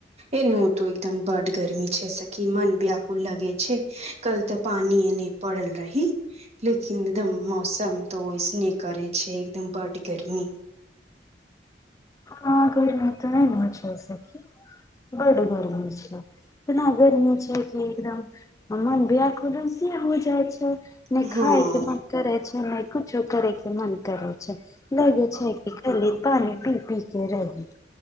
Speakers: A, on the right (about 40°); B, on the left (about 20°).
A: ए नू तऽ एकदम बड गर्मी छै सखी मन ब्याकुल लगे छै कल तऽ प पानि ए नहि पड़ल रही लेकिन एकदम मौसम तो ऐसने करे छै एकदम बड गर्मी
B: हँ गर्मी तऽ नहि ने छै बड गर्मी छै इतना गर्मी छै कि एकदम मन ब्याकुलन से हो जाइ छै नहि
A: हँ
B: खायके मन करै छै नहि कुछो करैके मन करै छै लगे छै कि खली पानि पी पी के रही